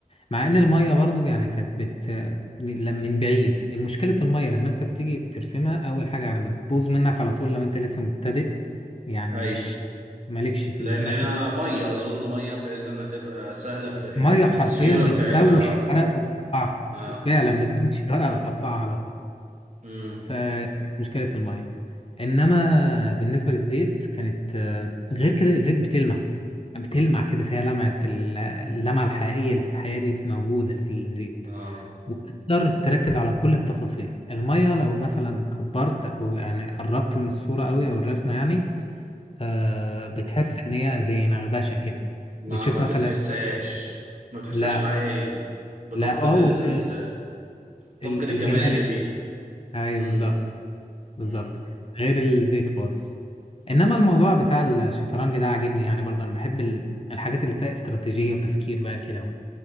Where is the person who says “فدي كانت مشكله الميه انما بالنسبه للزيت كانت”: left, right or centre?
Left